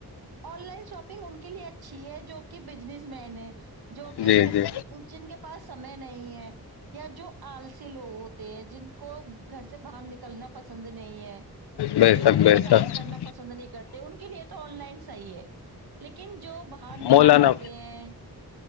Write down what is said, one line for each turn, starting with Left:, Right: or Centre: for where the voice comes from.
Right: آن لائن شاپنگ ان کے لیے اچھی ہے جو کہ بزنس مین ہے جو کہ
Left: جی
Right: گھر
Left: جی
Right: جن کے پاس سمے نہیں ہے یا جو آلسی لوگ ہوتے ہیں جن کو گھر سے باہر نکلنا پسند نہیں ہے
Left: بے
Right: جو
Left: شک
Right: کچھ
Left: بے
Right: کام
Left: شک
Right: کرنا پسند نہیں کرتے ان کے لیے تو آن لائن صحیح ہے لیکن جو باہر نکل
Left: مولانا
Right: سکتے ہیں